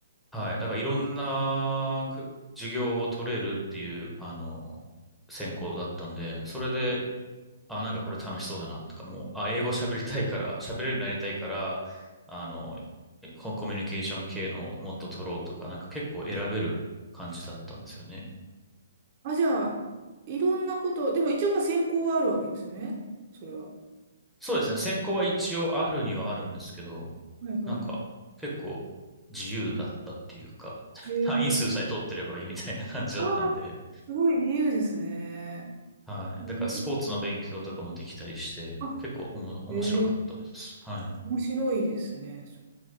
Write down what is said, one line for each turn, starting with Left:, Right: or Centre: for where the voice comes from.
Centre: はい。だからいろんなく授業を取れるっていう、あの、専攻だったんで、それで、あ、なんかこれ楽しそうだなとか、もう、あ、英語喋りたいから、喋れるようになりたいから、あの、ココミュニケーション系のをもっと取ろうとか、なんか結構選べる感じだったんですよね。
Right: あ、じゃあ、いろんなこと、でも一応まあ専攻はあるわけですよね。それは。
Centre: そうですね。専攻は一応あるにはあるんですけど、
Right: はいは
Centre: なんか結構自由だったっていうか、
Right: い。へ
Centre: 単位数さえ取ってればいいみたいな感じだったんで、
Right: ああ、すごい自由ですね。
Centre: はい。
Right: えー
Centre: だからスポーツの勉強とかもできたりして、
Right: あ、
Centre: 結構おも、面白かったです。
Right: へ
Centre: はい。
Right: 面白いですね。